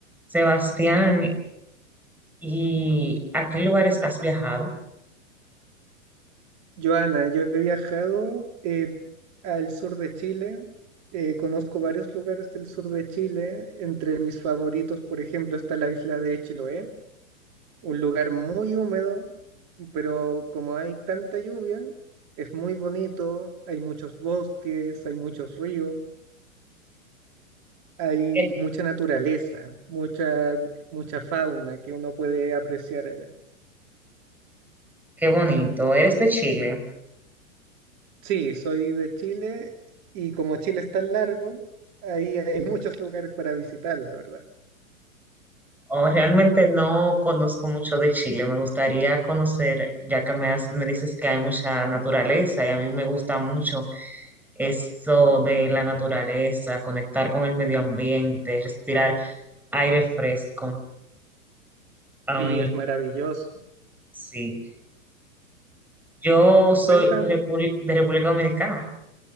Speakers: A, in the centre; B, on the right (about 40°).
A: Sebastián, ¿y a qué lugares has viajado?
B: Joana, yo he viajado eh, al sur de Chile, eh, conozco varios lugares del sur de Chile, entre mis favoritos, por ejemplo, está la isla de Chiloé, un lugar muy húmedo, pero como hay tanta lluvia, es muy bonito, hay muchos bosques, hay muchos ríos, hay
A: Eh,
B: mucha naturaleza, mucha, mucha fauna que uno puede apreciar allá.
A: Qué bonito. ¿Eres de Chile?
B: Sí, soy de Chile y como Chile es tan largo, ahí hay muchos lugares para visitar, la verdad.
A: O realmente no conozco mucho de Chile. Me gustaría conocer, ya que me, has- me dices que hay mucha naturaleza y a mí me gusta mucho eso de la naturaleza, conectar con el medio ambiente, respirar aire fresco. A
B: Sí,
A: mí,
B: es maravilloso.
A: sí. Yo
B: Y
A: soy
B: cuentan,
A: de, Repúbli- de República Dominicana.